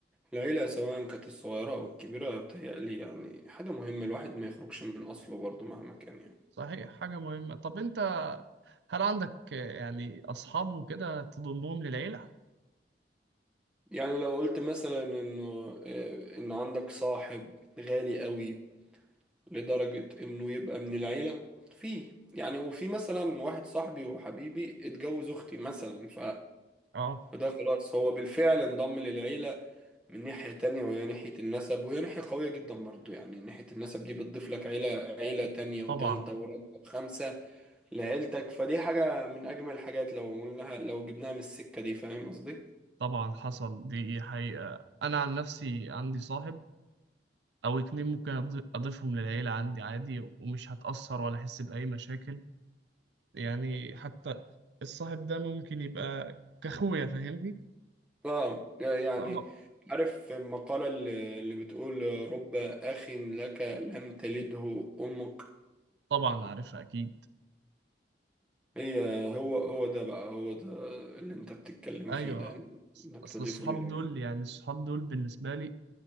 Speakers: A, in the centre; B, on the right.
A: العيلة سواء كانت الصغيرة أو الكبيرة بتهيألي يعني حاجة مهمة الواحد ما يخرجش من أصله برضه مهما كان يعني
B: صحيح حاجه مهمه طب انت هل عندك آه، يعني أصحاب وكده تضمهم للعيلة؟
A: يعني لو قلت مثلا إنه آه، إن عندك صاحب غالي قوي لدرجة إنه يبقى من العيلة فيه يعني وفي مثلا واحد صاحبي وحبيبي اتجوز أختي مثلا ف...
B: آه
A: فده خلاص هو بالفعل انضم للعيلة من ناحية تانية وهي ناحية النسب وهي ناحية قوية جدا برضو يعني ناحية النسب دي بتضيف لك عيلة عيلة تانية وتالتة
B: طبعا
A: ورابعة وخامسة لعيلتك فدي حاجة من أجمل الحاجات لو قلناها لو جبناها من السكة دي فاهم قصدي؟
B: طبعا حصل دي حقيقة أنا عن نفسي عندي صاحب أو اتنين ممكن أض- أضيفهم للعيلة عندي عادي ومش هتأثر ولا أحس بأي مشاكل يعني حتى الصاحب ده ممكن يبقى كأخويا فاهمني؟
A: اه يعني
B: آه
A: عارف المقالة اللي اللي بتقول رب أخ لك لم تلده أمك
B: طبعا عارفها أكيد
A: هي هو هو ده بقى هو ده اللي أنت بتتكلم
B: أيوه
A: فيه ده إنك
B: أصل
A: تضيفه
B: الصحاب
A: للعيلة
B: دول يعني الصحاب دول بالنسبة لي